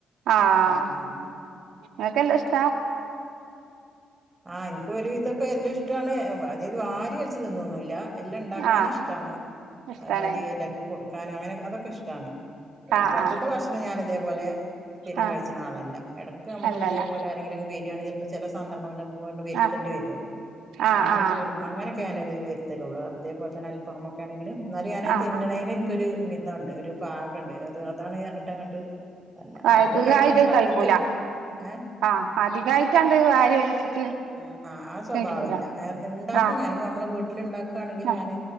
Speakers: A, on the right; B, on the right.
A: ആഹ്
B: ആ ബിരിയാണി
A: നിങ്ങക്ക് എല്ലും ഇഷ്ടാ
B: ആഹ് ഇൻക്കാെരു വിധാെക്കെ എല്ലും ഇഷ്ടാണ് മ അതെര്തി വാരി വൽച്ച് നിന്നൊന്നുല്ല എല്ലം ണ്ടാക്കാന്
A: ആഹ്
B: ഇഷ്ടാണ്
A: ഇഷ്ടാണ്
B: അതേമാരി എല്ലാര്ക്കും കൊട് ക്കാനും അങ്ങനെ അതൊക്കെ ഇഷ്ടമാണ് പിന്നെ
A: ആഹ്
B: പുറത്തത്തെ
A: ആഹ്
B: ഭക്ഷണം ഞാൻ ഇതേപോലെ സ്ഥിരം
A: ആഹ്
B: കഴ്ച്ച്ണ ആളല്ല എടക്ക് നമുക്ക്
A: അല്ലല്ല
B: ഇതേപോലേ ആരെങ്കിലൊക്കെ വര്യാണേ പ്പ ചെലെ സന്ദർങ്ങള്ല് നമ്മുക്ക് വരുത്തണ്ടി
A: ആഹ്
B: വര്വോല്ലോ
A: ആഹ്
B: അങ്ങെനൊക്കെ
A: ആഹ്
B: വരുംമ്പം അങ്ങെനെ ക്കേ ഞാൻത് വെര്ത്തലാെള്ളു അതേപോൽ തന്നെ അൽഫാമാെക്കേണെങ്കില് ന്നാലും ഞാനത്
A: ആഹ്
B: തിന്ന്ണേന്
A: ആഹ്
B: ൻക്കൊര് മി ഇതോണ്ട് ഒരു പാകണ്ട് അത് അതാണ്ർഞ്ഞിട്ട്ങ്ങട്ട് അല്ല
A: ആഹ്
B: ആരോഗ്യം
A: അധികായിട്ട്
B: കഴിണതും ശ്രദ്ധിക്കല്ണ്ട്
A: കഴിക്കൂല
B: ഏഹ്
A: ആഹ് അധികമായിട്ടാണ്ട് അങ്ങൊട് വാരി വലിച്ചിട്ട്
B: ഉം ആഹ് ആ സ്വഭാവംമില്ല
A: കഴിക്കൂല
B: ഉണ്ടാക്കും
A: ആഹ്
B: ഞാനിപ്പോ നമ്മളെ വീട്ടിൽ ഇണ്ടാക്കുവാണെങ്കിലും
A: ആഹ്
B: ഞാന്